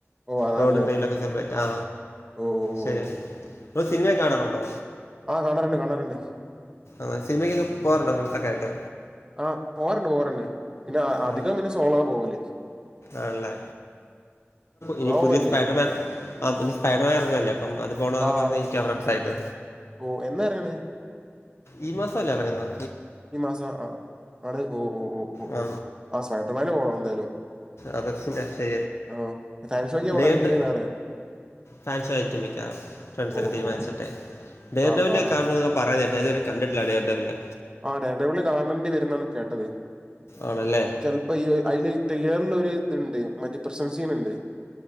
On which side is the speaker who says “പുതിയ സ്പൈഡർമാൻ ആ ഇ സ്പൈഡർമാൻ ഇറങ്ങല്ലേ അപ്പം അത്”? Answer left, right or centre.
Left